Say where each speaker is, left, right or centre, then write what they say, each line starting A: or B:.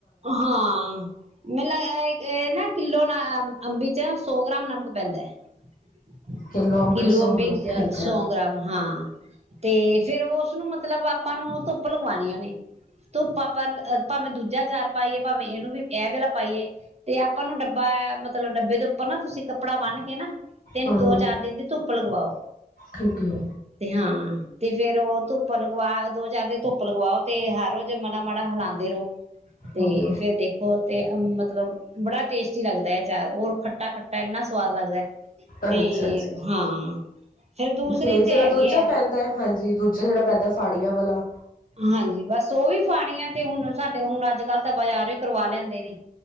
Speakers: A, on the right; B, on the left.
A: ਹਾਂ ਮਤ ਨਾ ਕਿੱਲੋ ਅੰਬੀ ਚ ਸੌ ਗ੍ਰਾਮ ਨਮਕ ਪੈਂਦਾ ਹੈ
B: ਕਿੰਨਾ ਅੰਬੀਚ
A: ਕਿਲੂ
B: ਹੋਊਗਾ
A: ਅੰਬੀ
B: ਠੀਕ
A: ਸੌ
B: ਹੈ
A: ਗ੍ਰਾਮ ਹਾਂ ਤੇ ਫਿਰ ਉਸਨੂੰ ਮਤਲਬ ਆਪਾਂ ਨੂੰ ਉਹ ਧੁੱਪ ਲਗਵਾਉਣੀ ਉਹਨੇ ਤੂੰ ਪਾਪਾ ਭਾਵੇਂ ਦੂਜਾ ਚਾਰ ਪਾਈਏ ਭਾਵੇਂ ਇਹਨੂੰ ਵੀ ਇਹ ਵੇਲਾ ਪਾਈਏ ਤੇ ਆਪਾਂ ਨੂੰ ਡੱਬਾ ਮਤਲਬ ਡੱਬੇ ਦੇ ਉੱਪਰ ਨਾ ਤੁਸੀਂ ਕੱਪੜਾ ਬੰਨ ਕੇ ਨਾ ਤਿੰਨ
B: ਹਮ
A: ਦੋ
B: ਹਮ
A: ਚਾਰ ਦਿਨ ਦੀ ਧੁੱਪ ਲਗਵਾਓ
B: ਠੀਕ ਹੈ
A: ਤੇ ਹਾਂ ਤੇ ਫਿਰ ਉਹ ਧੁੱਪ ਲਗਵਾ ਦੋ ਜਦ ਵੀ ਧੁੱਪ ਲਗਵਾਓ ਤੇ ਹਰ ਰੋਜ਼ ਤੇ ਮਨਾ ਮਾੜਾ ਹਿਲਾਉਂਦੇ ਰਹੋ ਤੇ
B: ਹਮ ਹਮ
A: ਫਿਰ ਦੇਖੋ ਅਤੇ ਮਤਲਬ ਬੜਾ ਟੇਸਟੀ ਲੱਗਦਾ ਹੈ ਚਾਰ ਰ ਖੱਟਾ ਖੱਟਾ ਇੰਨਾ ਸਵਾਦ ਲੱਗਦਾ
B: ਅੱਛਾ
A: ਤੇ
B: ਅੱਛਾ
A: ਹਾਂ ਫੇਰ ਦੂਸਰੇ
B: ਤੇ ਜਿਹੜਾ
A: ਚ ਹੈਗੇ
B: ਦੂਜਾ
A: ਆ
B: ਪੈਂਦਾ ਹੈ ਹਾਂਜੀ ਦੂਜਾ ਜਿਹੜਾ ਪੈਦਾ ਫਾੜੀਆਂ ਵਾਲਾ
A: ਹਾਂਜੀ ਬਸ ਉਹ ਵੀ ਫਾਣੀਆ ਤੇ ਹੁਣ ਸਾਡੇ ਹੁਣ ਅੱਜ ਕੱਲ ਤਾਂ ਬਾਜ਼ਾਰ ਹੀ ਕਰਵਾ ਲੈਂਦੇ ਨੇ